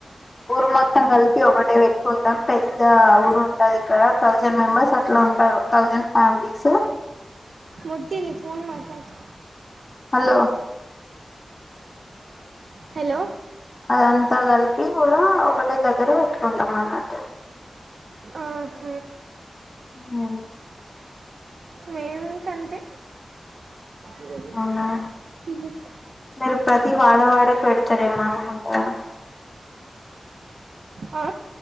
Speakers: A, on the left (about 35°); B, on the right (about 80°).
A: ఊరు మొత్తం కలిపి ఒకటె ఇక్కడే పెట్టుకుంటాం. పెద్ద ఊరు ఉంటది. ఇక్కడ థౌజండ్ మెంబర్స్ అట్లా ఉంటారు. థౌసండ్ ఫ్యామిలీస్
B: వద్దు నేను ఫోన్ మాట్లాడుతా
A: హలో
B: హలో
A: అదంతా కలిపి కూడా ఒకటే దగ్గర పెట్టుకుంటాం. అన్నట్టు
B: ఉహ్
A: హ్
B: మేమింక అంతే <unintelligible>
A: అవునా మీరు ప్రతి వాడ వాడకి పెడతారేమో అనుకుంటు గాదా
B: ఆ